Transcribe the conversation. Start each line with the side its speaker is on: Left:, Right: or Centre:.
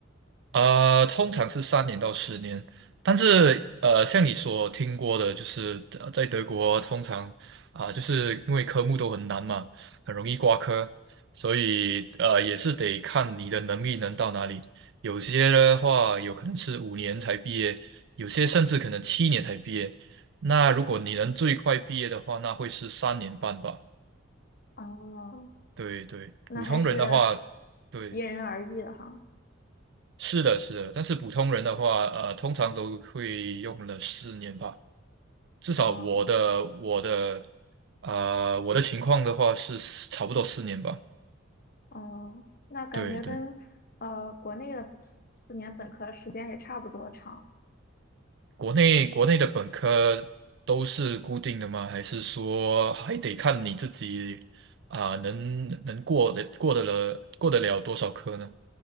Right: 呃，通常是三年到十年，但是呃，像你所听过的，就是呃在德国通常啊、就是因为科目都很难嘛，很容易挂科，所以呃，也是得看你的能力能到哪里。有些的话，有可能是五年才毕业，有些甚至可能七年才毕业。那如果你能最快毕业的话，那会是三年半吧？
Left: 哦，
Right: 对对，
Left: 那还是
Right: 普通人的话，对。
Left: 因人而异的哈。
Right: 是的，是的，但是普通人的话，呃，通常都会用了四年吧。至少我的我的
Left: 哦
Right: 呃我的情况的话是差不多四年吧。
Left: 哦，那感觉跟呃国内的四四年本科时间也差不多长。
Right: 对对，国内国内的本科都是固定的吗？还是说还得看你自己啊、能能过得过得了过得了多少科呢？